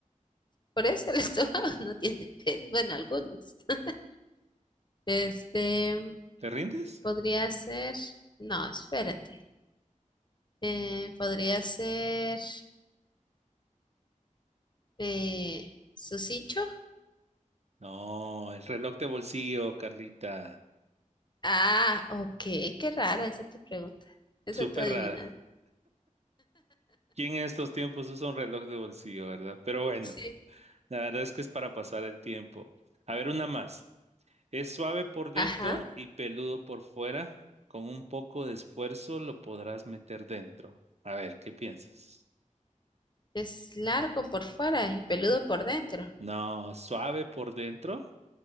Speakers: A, on the left; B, on the right.
A: Por eso el <laughs> estómago no tiene pelo. Bueno, algunos. <laughs> Este, mm,
B: ¿Te rindes?
A: podría ser, no, espérate. Eh, podría ser eh, su cincho.
B: No, el reloj de bolsillo, Carlita.
A: Ah, ok, qué rara esa tu pregunta. Esa
B: Súper
A: tu adivinanza.
B: rara. Y en estos tiempos usa un reloj de bolsillo, ¿verdad? Pero bueno,
A: Sí.
B: la verdad es que es para pasar el tiempo. A ver, una más. Es suave por dentro
A: Ajá.
B: y peludo por fuera. Con un poco de esfuerzo lo podrás meter dentro. A ver, ¿qué piensas?
A: Es largo por fuera y peludo por dentro.
B: No, suave por dentro